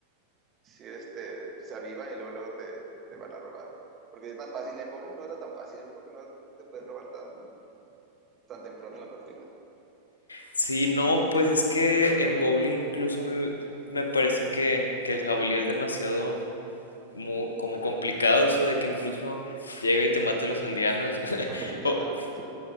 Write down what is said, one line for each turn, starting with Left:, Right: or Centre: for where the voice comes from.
Right: sí este, se avivan y luego, luego te, te van a robar. Porque es más fácil. En Bowling no era tan fácil. Yo me creo que no te pueden robar tan, tan temprano en la partida.
Left: Sí, no, pues es que en bowling incluso a mí me parece que, que el jabalí es demasiado mu- como complicado, o sea, de que incluso llega y te mata a los aldeanos. <laughs>
Right: No te seguía
Left: O,
Right: tanto. sí.